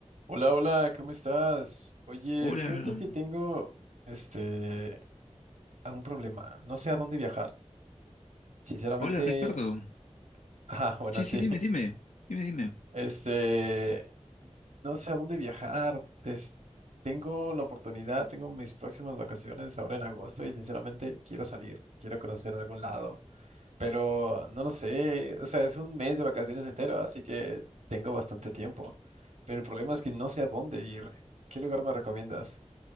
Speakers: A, on the right; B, on the left.
A: Hola, hola, ¿cómo estás? Oye,
B: Hola,
A: fíjate que tengo este un problema. No sé a dónde viajar. Sinceramente,
B: hola Ricardo.
A: <laughs> ah, bueno,
B: Sí,
A: sí.
B: sí, dime, dime, dime, dime.
A: Este, no sé a dónde viajar. Es- tengo la oportunidad, tengo mis próximas vacaciones ahora en agosto y sinceramente quiero salir, quiero conocer algún lado, pero no lo sé. O sea, es un mes de vacaciones entero, así que tengo bastante tiempo. Pero el problema es que no sé a dónde ir. ¿Qué lugar me recomiendas?